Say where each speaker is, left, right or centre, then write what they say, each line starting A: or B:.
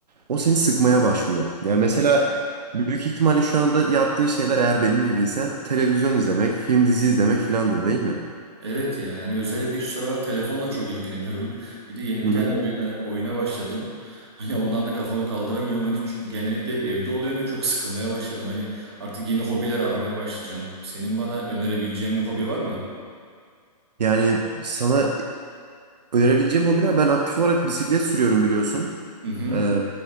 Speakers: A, on the right (about 80°); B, on the right (about 40°).
A: o seni sıkmaya başlıyor. Yani mesela büyük ihtimalle şu anda yaptığın şeyler eğer benim gibiysen televizyon izlemek, film dizi izlemek filandır değil mi?
B: Evet ya hani özellikle şu sıralar telefonla çok ilgileniyorum. Bir de yeni
A: Hı
B: bir
A: hı.
B: tane oyuna, oyuna başladım. Hani ondan da kafamı kaldıramıyorum. Hani ç- genellikle hep evde oluyorum ve çok sıkılmaya başladım. Hani artık yeni hobiler aramaya başlayacağım. Senin bana önerebileceğin bir hobi var mı?
A: Yani sana önerebileceğim hobiler ben aktif olarak bisiklet sürüyorum biliyorsun.
B: Hı hı.
A: Ee,